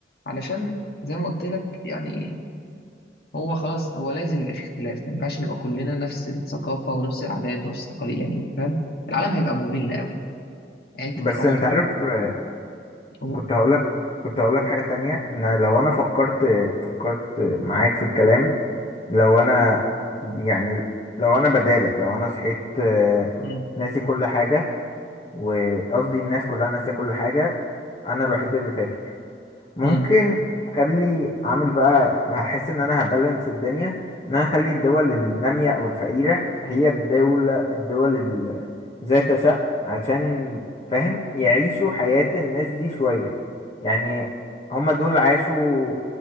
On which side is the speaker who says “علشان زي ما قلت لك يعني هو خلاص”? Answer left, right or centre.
Left